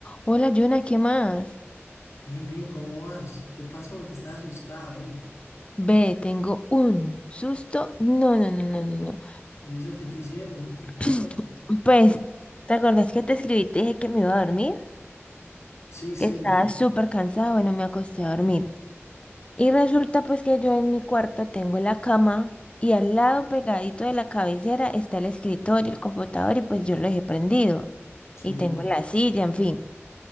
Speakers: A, on the left; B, on the left.
A: Hola, Jonah, ¿qué más?
B: Bien, bien, ¿cómo vas? ¿Qué pasó? Porque estás asustado, ¿eh?
A: Ve, tengo un susto. No, no, no, no, no, no.
B: ¿Y eso qué te hicieron? ¿Qué pasó?
A: <clears throat> Pues, ¿te acordás que te escribí? y Te dije que me iba a dormir,
B: Sí, sí,
A: que estaba súper cansada. Bueno, me acosté a dormir. Y resulta pues que yo en mi cuarto tengo la cama y al lado pegadito de la cabecera está el escritorio, el computador y pues yo lo dejé prendido.
B: sí.
A: Y tengo la silla, en fin.